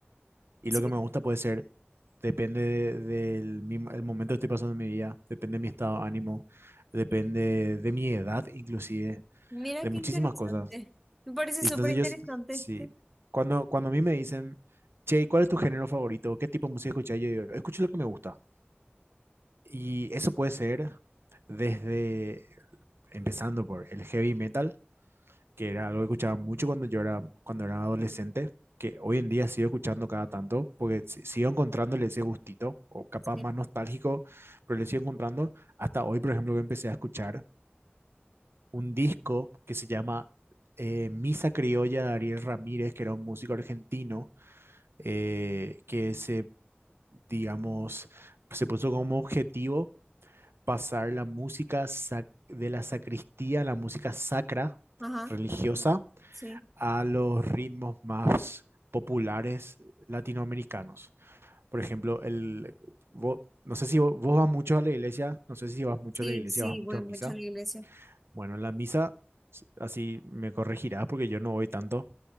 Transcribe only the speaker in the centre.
Sí.
Mira
qué
interesante.
Me parece
súper
interesante.
Sí.
Sí.
Ajá,
sí.
Sí,
sí,
voy
mucho
a la iglesia.